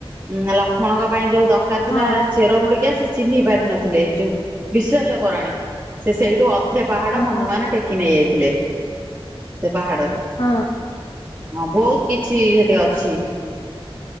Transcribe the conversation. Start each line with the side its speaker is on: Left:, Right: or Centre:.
Right: ଉଁ ଲକ୍ଷ୍ମଣଙ୍କ ପାଇଁ ଯୋଉ ଦରକାର ଥିଲା
Left: ହଁ
Right: ଚେର ମୂଳିକା ସେ ଚିହ୍ନି ପାରିନଥିଲେ ଏଇ ଯୋଉ ବିଶଲ୍ୟକରଣୀ ସେ ସେଇଠୁ ଅଧେ ପାହାଡ ହନୁମାନ
Left: ହଁ
Right: ଟେକି ନେଇ ଯାଇଥିଲେ ସେ ପାହାଡରୁ
Left: ହଁ।
Right: ହଁ ବୋହୁତ କିଛି ସେଠି
Left: ଆଚ୍ଛା
Right: ଅଛି